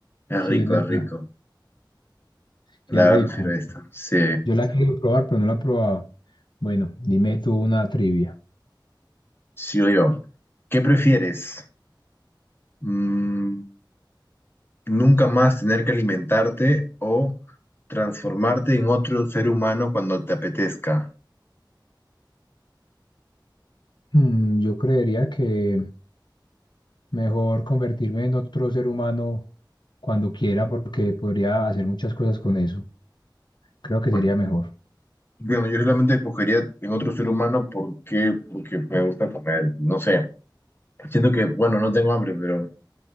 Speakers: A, on the left (about 30°); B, on the left (about 65°).
A: Es
B: Sí,
A: rico,
B: es verdad.
A: es rico.
B: Qué
A: La
B: rico.
A: verdad prefiero esto. Sí,
B: Yo la quiero probar, pero no la he probado. Bueno, dime tú una trivia.
A: sí o yo. ¿Qué prefieres? Mm, Nunca más tener que alimentarte o transformarte en otro ser humano cuando te apetezca.
B: Mm, yo creería que mejor convertirme en otro ser humano cuando quiera, porque podría hacer muchas cosas con eso. Creo que
A: Con-
B: sería mejor.
A: Bueno, yo realmente escogería en otro ser humano porque, porque me gusta comer. No sé, siento que, bueno, no tengo hambre, pero